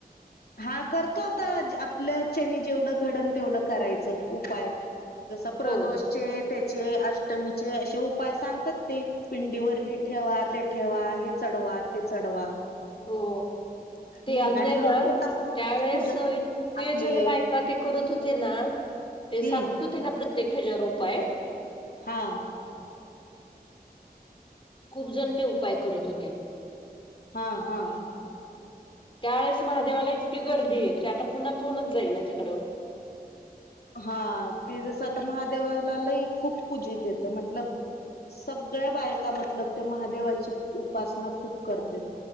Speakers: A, on the left; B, on the left.
A: हा करतो आता आपल्याच्यानी जेवढं घडल तेवढं करायचं उपाय जसं प्रदोषचे
B: होय
A: त्याचे अष्टमीचे असे उपाय सांगतात ते पिंडीवर हे ठेवा ते ठेवा हे चढवा ते चढवा
B: हो ते
A: हम्म
B: आलते
A: आणि रोजच
B: ना
A: तर आपलं
B: त्यावेळेस
A: आहेच पूजा
B: इतके
A: आपले
B: जण बायका ते करत होते ना ते
A: हम्म
B: सांगत होते ना प्रत्येक ह्याच्यावर उपाय
A: हा
B: खूप जण ते उपाय करत होते.
A: हा हा.
B: त्यावेळेस महादेवाला इतकी गर्दी, की आता पुन्हा कोणच जाईना तिकडं
A: हा ते जसं आता महादेवाला लय खूप पूजितेत मतलंब सगळ्या बायका मतलंब ते महादेवाची उपासना खूप करत्यात